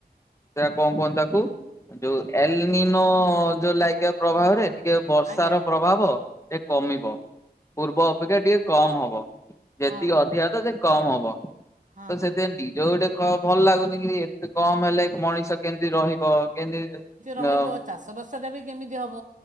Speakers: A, on the left; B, on the right.
A: ସେରା କଣ କୁହନ୍ତି ତାକୁ? ଯୋଉ ଏଲିନିନୋ ଯୋଉ ଲାଇକ୍ଏ ପ୍ରଭାବରେ ଟିକେ ବର୍ଷା
B: ଆଜ୍ଞା।
A: ର ପ୍ରଭାବ ସେ କମିବ। ପୂର୍ବ ଅପେକ୍ଷା ଟିକେ କମ୍ ହବ ଯେତିକି
B: ହଁ ହଁ
A: ଅଧିକା ହତ ସେ କମ୍ ହବ
B: ହଁ
A: ତ
B: ହଁ।
A: ସେଥି ନିଜକୁ ଗୋଟେ ଖ ଭଲ ଲାଗୁନି କି ଏତେ କମ୍ ହେଲେ ମଣିଷ କେମିତି ରହିବ କେମିତି ଅ
B: ରହିବ ଚାଷବାସଟା ବି କେମିତି ହେବ